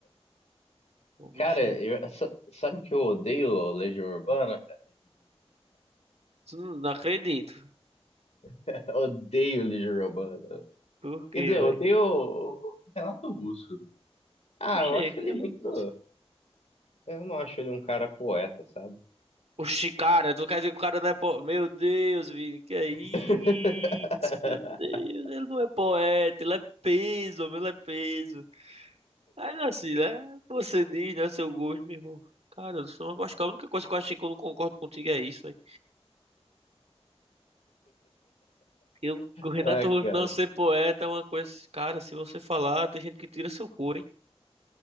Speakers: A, on the right; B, on the left.
A: O bicho
B: cara,
A: era...
B: eu, sa- sabe que eu odeio Legião Urbana?
A: Tu não, não acredito.
B: <laughs> Eu odeio Legião Urbana.
A: Por quê,
B: Quer dizer,
A: velho?
B: eu odeio o o Renato Russo. Ah,
A: Poxa,
B: eu acho
A: que
B: ele
A: é
B: muito.
A: isso?
B: Eu não acho ele um cara poeta, sabe?
A: Oxi, cara, tu quer dizer que o cara não é poeta? Meu Deus, Vini, que é isso?
B: <laughs>
A: Meu Deus, ele não é poeta, ele é peso, meu, ele é peso. Mas assim, né? Você diz, né? Seu gosto, meu irmão. Cara, eu sou, eu acho que a única coisa que eu achei que eu não concordo contigo é isso, velho. Eu, o Renato
B: É, cara.
A: Russo não ser poeta é uma coisa, cara, se você falar, tem gente que tira seu couro, hein?